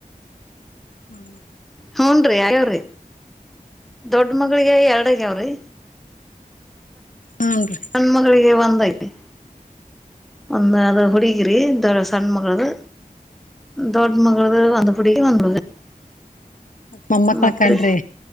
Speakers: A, on the left; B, in the centre.
A: ಹ್ಮ
B: ಹ್ಞನ್ರಿ ಆಗ್ಯವ್ರಿ ದೊಡ್ಡ ಮಗಳಿಗೆ ಎರಡಗ್ಯಾವ್ರಿ.
A: ಹೂನ್ರಿ
B: ಣ್ಮಗಳಿಗೆ ಒಂದ <unintelligible> <unintelligible> ಒಂದ ಅದು ಹುಡಗಿರಿ. ತರ ಸಣಮಗಳ್ದು. ದೋಡ್ ಮಗಳ್ದು ಒಂದ್ ಹುಡುಗಿ ಒಂದು ಹುಡುಗ.
A: ಮೊಮ್ಮಕ್ಕಳ
B: ಮತ್ರಿ
A: ಕಣ್ರಿ